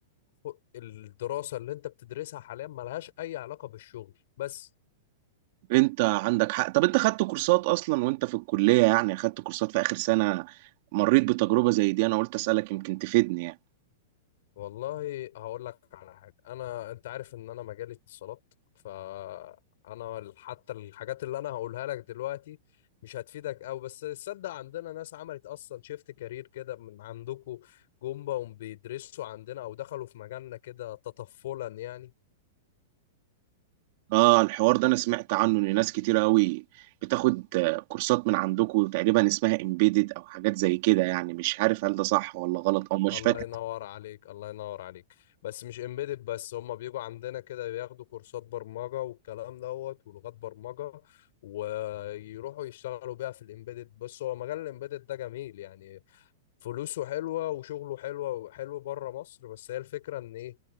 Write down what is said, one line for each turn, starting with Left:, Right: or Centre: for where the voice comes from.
Left: خ- الدراسه اللي انت بتدرسها حاليا ملهاش اي علاقه بالشغل بس
Right: انت عندك حق طب انت خدت كورسات اصلا وانت في الكلية يعني خدت كورسات في اخر سنة مريت بتجربة زي دي انا قلت اسألك يمكن تفيدني يعني
Left: والله هقول لك على حاجة أنا أنت عارف إن أنا مجالي اتصالات فأنا ال- حتى الحاجات اللي أنا هقولها لك دلوقتي مش هتفيدك أوي بس تصدق عندنا ناس عملت أصلا شيفت كارير كده من عندكم جم بقوا بيدرسوا عندنا أو دخلوا في مجالنا كده تطفلا يعني
Right: اه الحوار ده انا سمعت عنه ان ناس كتير قوي بتاخد آه، كورسات من عندكم تقريبا اسمها امبيدد او حاجات زي كده يعني مش عارف هل ده صح ولا غلط او مش
Left: الله
Right: فاكر
Left: ينور عليك الله ينور عليك بس مش امبيدد بس هم بيجوا عندنا كده بياخدوا كورسات برمجة والكلام دوت ولغات برمجة ويروحوا يشتغلوا بيها في الامبيدد بس هو مجال الامبيدد ده جميل يعني فلوسه حلوة وشغله حلوة وحلو بره مصر بس هي الفكرة ان ايه